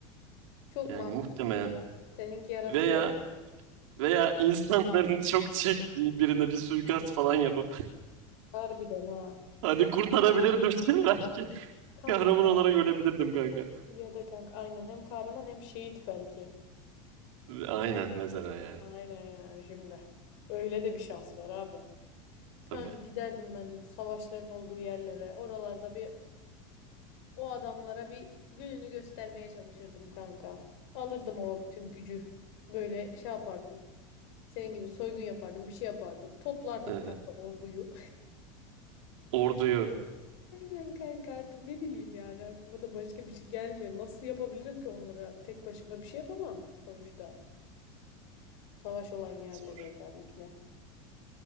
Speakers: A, on the left (about 65°); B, on the right (about 70°).
A: Çok
B: Yani
A: mantıklıymış.
B: muhtemelen
A: Seninki yaratıcı
B: veya
A: olmuş.
B: veya insanların <laughs> çok çektiği birine bir suikast falan yapıp
A: Harbiden ha.
B: <laughs> hani
A: Yemin
B: kurtarabilirdim
A: ederim.
B: <laughs> belki.
A: Kanka
B: Kahraman olarak ölebilirdim kanka.
A: ya da kanka aynen hem kahraman hem şehit belki.
B: Aynen mesela yani
A: Aynen yani şimdi. Öyle de bir şans var abi. Kanka
B: tabii.
A: giderdim ben de bu savaşların olduğu yerlere. Oralarda bir o adamlara bir gününü göstermeye çalışırdım kanka. Alırdım ama bütün gücü. Böyle şey yapardım. Senin gibi soygun yapardım, bir şey yapardım. Toplardım
B: Hı-hı.
A: kanka orduyu.
B: Orduyu.
A: Aynen kanka artık ne bileyim yani aklıma da başka bir şey gelmiyor. Nasıl yapabilirim ki onlara? Tek başıma bir şey yapamam sonuçta. Savaş olan yerlere
B: Tabii zor.
A: özellikle.